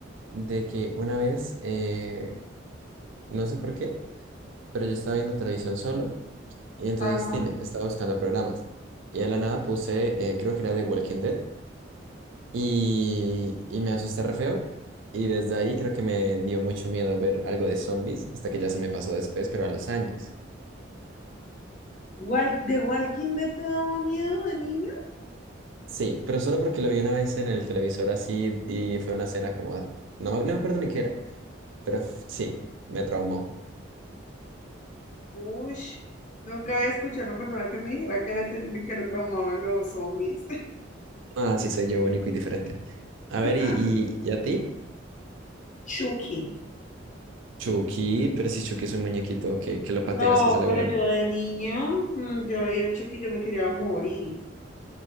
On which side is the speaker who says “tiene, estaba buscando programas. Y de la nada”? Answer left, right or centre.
Right